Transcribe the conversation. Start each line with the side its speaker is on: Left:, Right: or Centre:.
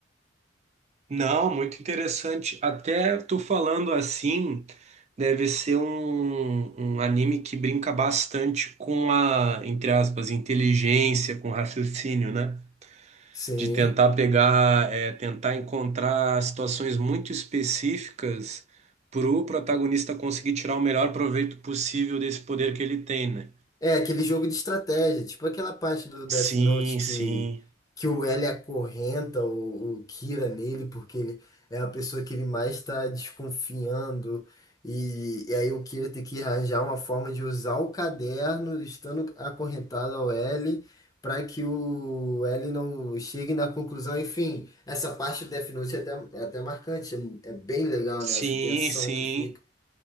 Right: Não, muito interessante. Até tu falando assim, deve ser um, um anime que brinca bastante com a, entre aspas, inteligência, com raciocínio, né?
Left: Sim.
Right: De tentar pegar, é, tentar encontrar situações muito específicas pro protagonista conseguir tirar o melhor proveito possível desse poder que ele tem, né?
Left: É, aquele jogo de estratégia, tipo aquela parte do Death
Right: Sim,
Left: Note que,
Right: sim.
Left: que o L acorrenta o, o Kira nele, porque ele é a pessoa que ele mais está desconfiando, e, e aí o Kira tem que arranjar uma forma de usar o caderno, estando acorrentado ao L, para que o L não chegue na conclusão. Enfim, essa parte do Death Note é até, é até marcante, é, é bem legal, né?
Right: Sim,
Left: Essa tensão
Right: sim.
Left: que fica.